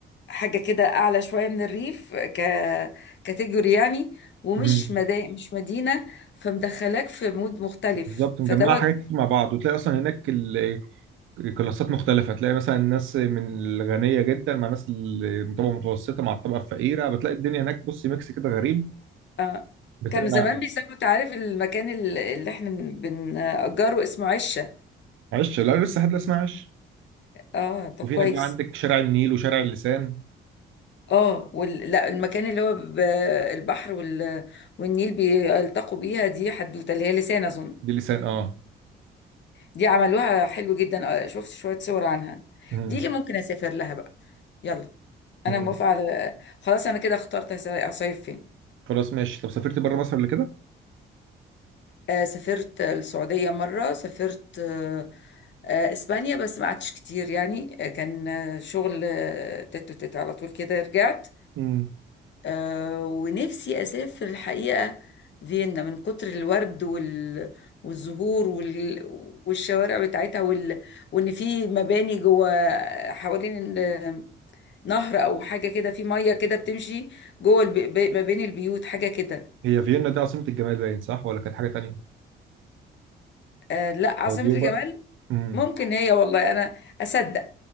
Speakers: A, on the left; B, on the right.
A: حاجة كده اعلى شوية من الريف ك كاتيجوري يعني ومش
B: مم.
A: مدا مش مدينة فمدخلاك في مود مختلف
B: بالظبط
A: فدوت
B: مجمعه حاجات كتير مع بعض وتلاقي اصلا هناك ال- الكلاسات مختلفه تلاقي مثلا الناس من الغنيه جدا مع ناس من الطبقه المتوسطه مع الطبقه الفقيره بتلاقي الدنيا هناك بصي ميكس كده غريب
A: آه،
B: بتبقى
A: كانوا زمان بيسموا تعرف المكان ال- اللي احنا بن- بنأجره اسمه عشة
B: عش لا لسه حد لا اسمها عش
A: اه طب
B: وفي
A: كويس
B: هناك بقى عندك شارع النيل وشارع اللسان
A: اه وال... لا المكان اللي هو ب... البحر وال... والنيل بيلتقوا بيها دي حدوته اللي هي لسان اظن
B: دي لسان اه
A: دي عملوها حلو جدا آه، شفت شوية صور عنها
B: مم.
A: دي اللي ممكن اسافر لها بقى يلا
B: مم.
A: انا موافقة على خلاص انا كده اخترت هس- هصيف فين
B: خلاص ماشي طب سافرت بره مصر قبل كده؟
A: آه سافرت السعودية مرة سافرت آه آه اسبانيا بس ما قعدتش كتير يعني آه، كان آه، شغل آه، تت وتت على طول كده رجعت
B: مم.
A: آه ونفسي أسافر الحقيقة فيينا من كتر الورد وال... والزهور وال... والشوارع بتاعتها وال... وإن في مباني جوه حوالين ال- نهر أو حاجة كده في مية كده بتمشي جوه الب... ب- ما بين البيوت حاجة كده
B: هي فيينا دي عاصمة الجمال باين صح ولا كانت حاجة تانية؟
A: آه لا عاصمة
B: أو بيوبا
A: الجمال
B: امم
A: ممكن هي والله أنا أصدق